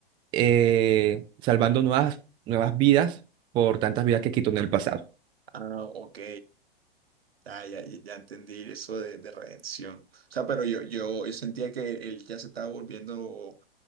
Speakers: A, on the right; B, on the right.
A: eh, salvando nuevas, nuevas vidas por tantas vidas que quitó en el pasado.
B: Ah, ok. Ah, ya, ya ya entendí eso de, de redención. O sea, pero yo, yo, yo sentía que él ya se estaba volviendo